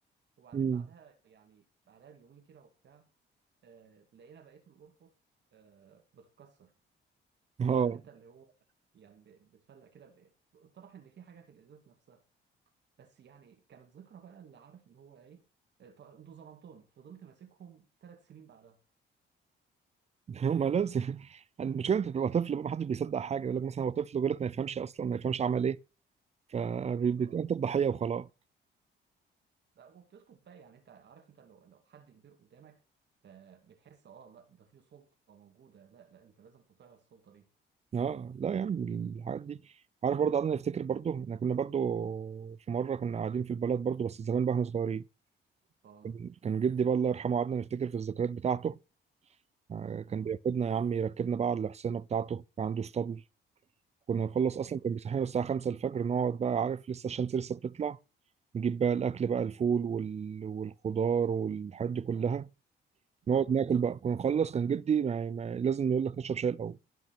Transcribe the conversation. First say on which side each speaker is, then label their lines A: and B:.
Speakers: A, on the right; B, on the right.
A: وبعدين
B: امم
A: بعدها يعني بعدها بيومين كده وبتاع آه، لقينا بقيه الارفف آه، بتتكسر
B: اه
A: عارف انت اللي هو يعني ب- بتفلق كده ب- اتضح ان في حاجه في الازاز نفسها بس يعني كانت ذكرى بقى اللي عارف اللي هو ايه آه، ط- انتوا ظلمتوني فضلت ماسكهم ثلاث سنين بعدها
B: <laughs> ما لازم المشكله انت بتبقى طفل بقى ما حدش بيصدق حاجه يقول لك مثلا هو طفل غلط ما يفهمش اصلا ما يفهمش عمل ايه فبتبقى
A: اه
B: انت الضحيه وخلاص
A: لا وبتسكت بقى يعني انت عارف انت لو لو حد كبير قدامك فبتحس اه لا ده في سلطه موجوده لا لا انت لازم تطيع السلطه دي
B: اه لا يا عم الحاجات دي عارف برضه قعدنا نفتكر برضه احنا كنا برضه في مره كنا قاعدين في البلد برضه بس زمان بقى احنا صغيرين
A: اه
B: كان كان جدي بقى الله يرحمه قعدنا نفتكر في الذكريات بتاعته آه،
A: اه
B: كان بياخدنا يا عم يركبنا بقى على الحصانه بتاعته كان عنده اسطبل كنا نخلص اصلا
A: اه
B: كان بيصحينا الساعه 5 الفجر نقعد بقى عارف لسه الشمس لسه بتطلع نجيب بقى الأكل بقى الفول وال... والخضار والحاجات دي كلها نقعد
A: اه
B: ناكل بقى كنا نخلص كان جدي ما... ما... لازم يقول لك نشرب شاي الأول